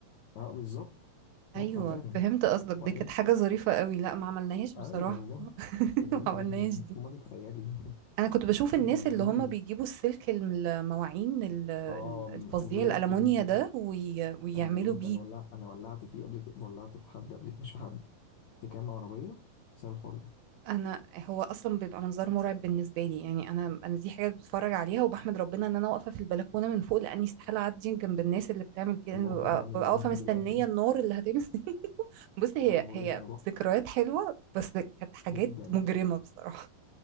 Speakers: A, on the left (about 80°); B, on the right (about 85°).
A: اه بالظبط مدفع
B: ايوه
A: فعلا
B: فهمت قصدك
A: وبعدين
B: دي كانت حاجه
A: ط-
B: ظريفه قوي لا ما عملناهاش بصراحه
A: ايوه والله
B: <laughs>
A: كانت
B: ما
A: جامده
B: عملناهاش
A: جدا
B: دي
A: فوق ما تتخيلي <laughs>
B: انا كنت بشوف
A: وكان
B: الناس اللي
A: في
B: هم بيجيبوا السلك الم- المواعين ال- ال-
A: اه م-
B: الفظيع
A: وبدأوا
B: الالمونيا
A: يلفوا بيه كده
B: ده وي... ويعملوا
A: انا عايز اقول لك
B: بيه
A: انا ولع انا ولعت فيه قبل كده ولعت في حد قبل كده مش في حد في كام عربيه بسبب الحوار ده
B: انا هو اصلا بيبقى منظر مرعب بالنسبه لي يعني انا انا دي حاجه بتفرج عليها وبحمد ربنا ان انا واقفه في البلكونه من فوق لاني استحاله اعدي جنب الناس اللي بتعمل كده
A: الموقف
B: انا ببقى
A: ده مزعلني
B: ببقى واقفه
A: لحد
B: مستنيه
A: دلوقتي
B: النار اللي هتمسك <laughs> بص هي
A: انا بقول
B: هي
A: لك انا رحت
B: ذكريات حلوه بس كانت حاجات
A: جدا
B: مجرمه بصراحه